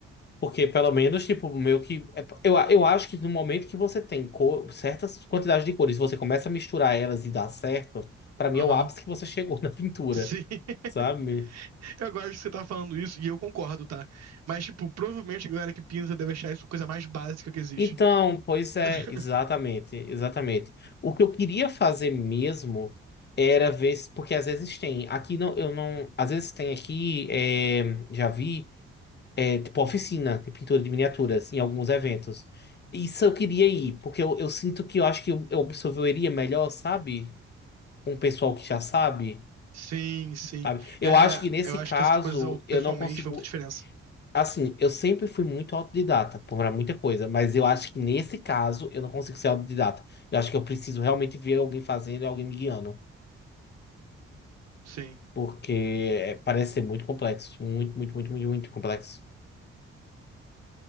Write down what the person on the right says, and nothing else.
Aham.
Sim, <laughs>
eu gosto que você tá falando isso e eu concordo, tá? Mas, tipo, provavelmente a galera que pinta deve achar isso a coisa mais básica que existe.
<laughs>
Sim, sim.
É,
eu acho
que essas coisas, eu,
pessoalmente,
faz muita diferença.
Sim.